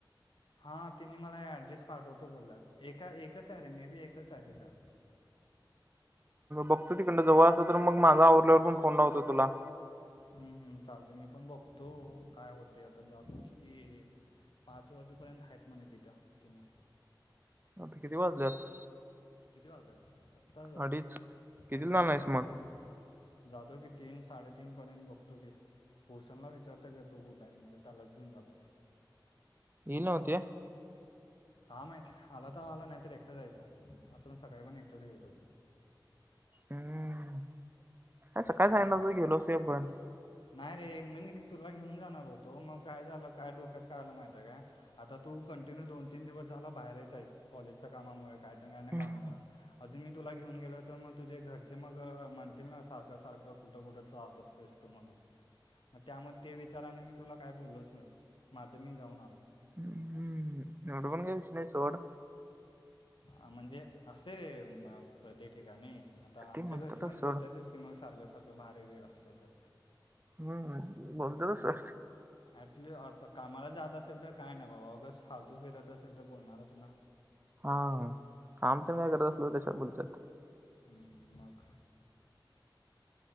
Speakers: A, on the left; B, on the right.
A: हा तिने मला ऍड्रेस पाठवतो बोलल्यात, एका एकच आहे रे, मे बी एकच हाय तिथं.
B: बघतो, तिकडन जवळ असल तर, मग माझ आवरल्यावर, पण फोन करतो तुला.
A: हू हू चालतय मी पण बघतो, अ काय होतय आता जातो किती? पाच वाजूपर्यंत आहेत म्हणे, तिथं तिनी
B: आता किती वाजल्यात?
A: किती वाजलेत? आत्ता
B: अडीच कितीला
A: अडीच
B: जाणार
A: वाजल्यात
B: आहेस मग
A: जातो की, तीन साडेतीन पर्यंत बगतो घे. भूषणला विचारताय का तो कुठ हाय? नाही तर त्यालाच घेऊन जातो.
B: यील नव्ह ते.
A: काय माहित आला तर आला नाहीतर, एकटं जायचं. अस पणं सकाळी पण एकटंच गेेलतो.
B: हम् आज सकाळी
A: काय
B: सांगितल असतस, गेलो असतो आपण
A: नाही रे, म्हण की तुला घेऊन जाणार होतो, मग काय झालं, काय डोक्यात काय आलं माहिती हाय काय? आता तू कंटिन्यू दोन तीन दिवस झाला बाहेरच हाईस, कॉलेजच्या कामामुळ काय त्या अन्
B: हम्म
A: कामामुळ अजून मी तुला घेऊन गेल तर, मग तुझे घरचे मग म्हणतील ना, सारखं सारखं कुठं कुठं जाहत असतोस तू म्हणून? म त्याम त्या विचारानं मी तुला काय बोललोच नाही. माझं मी जाऊन आलो.
B: हम्म एवढं पणं काय विषय नाही सोड.
A: आ म्हणजे असतय रे, प अ प्रत्येक ठिकाणी आता आमच्या
B: ते म्हणतातच
A: घरचे पण
B: सोड
A: बोलत्यातच की, मग सारखं सारखं बाहेर वगेरे असलो तर
B: हम् बोलत्यात तस.
A: ऍटलिस्ट अ च कामाला जात असेल तर, काय नाही बाबा उगस फालतू फिरत असेल तर, बोलणारच ना.
B: हा काम तर काय करत असल तर, कशाला बोलत्यात.
A: हुं मग.